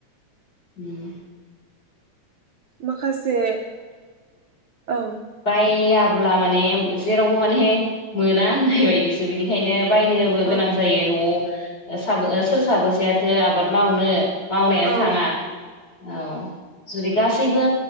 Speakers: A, on the left; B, on the right.
A: उम
B: माखासे ओ औ
A: बायया ब्ला माने जेरावबो माने मोना होननाय बायदिसो बिनिखायनो बायनोबो गोनां
B: औ
A: जायो न'आव साब ओ सोर साबोसेयाथो आबाद मावनो मावनायानो
B: औ
A: थाङा औ जुदि गासैबो